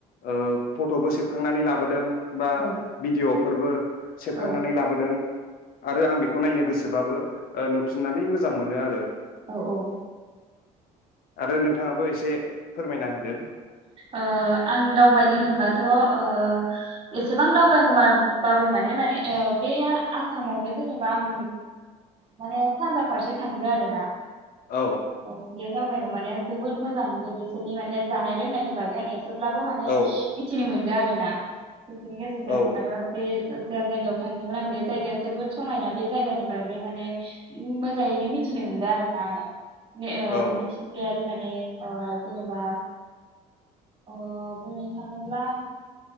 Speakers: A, on the left (about 65°); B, on the right (about 35°).
A: ओ फट'बो सेबखांनानै लाबोदों बा
B: औ
A: भिडिअ फोरबो सेबखांनानै
B: औ
A: लाबोदों आरो आं बेखौ नायनो गोसोबाबो ओ नुफिनानै मो जां मोनो आरो
B: औ औ
A: आरो नोंथाङाबो एसे फोरमायना होदो।
B: ओ आं दावबायनो होनबाथ' ओ एसेबां दावबायखोमाबाबो माने माने ओ बे आसामावनो जेनेबा आं माने ओ सानजा फारसे थांगो आरोना।
A: औ
B: औ बे दावबायनायाव माने जोबोद मोजां मोनदों बिसोरनि माने जानाय लोंनायनि बागै आंङो ब्लाबो माने
A: औ
B: मिथिनो मोन दो आरोना <unintelligible> गेजेरजों
A: औ
B: आरो बे जा जायगायाव थांदोंमोन आं बे जायगाया जोबोद समायना बे जायगानि बागै माने मोजांङैनो मिथिनो मोनदों आरो ना आंङो। ने आरो
A: औ
B: मिथिंगायारि मान ए ओ जेनेबा अ बुंनो थांङोब्ला